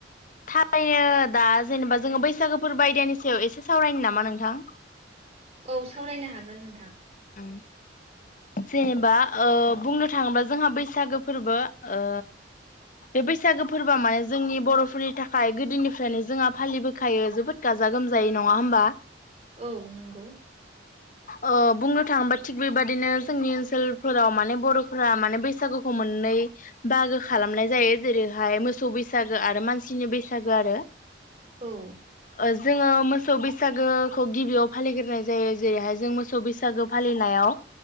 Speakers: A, on the left (about 45°); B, on the right (about 35°).
A: थारैनो दा जेनेबा जोङो बैसागोफोर बायदियानि सायाव एसे सावरायनो नामा नोंथां।
B: औ सावरायनो हागोन नोंथां।
A: उम जेनेबा ओ बुंनो थाङोबा जोंहा बैसागो फोरबो ओ बे बैसागो फोरबोआ माने जोंनि बर'फोरनि थाखाय गोदोनिफ्रायनो जोंहा फालिबोखायो जोबोद गाजा गोमजायै नङा होमबा।
B: औ नंगौ।
A: अ। बुंनो थाङोबा थिग बेबादिनो जोंनि ओनसोलफोराव माने बर'फोरा माने बैसागोखौ मोननै बाहागो खालामनाय जायो जेरैहाय मोसौ बैसागो आरो मानसिनि बैसागो आरो।
B: औ
A: ओ जोङो मो मोसौ‌ बैसागोखौ गिबियाव फालिग्रोनाय जायो जेरैहाय जों मोसौ बैसा बैसागो फालिनायाव